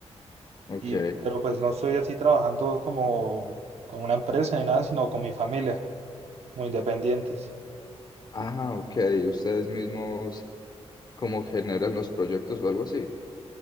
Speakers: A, on the left; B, on the right.
A: Ok.
B: y pero pues no estoy así trabajando como con una empresa ni nada, sino con mi familia, muy independientes.
A: Ah, ok. Ustedes mismos como generan los proyectos o algo así.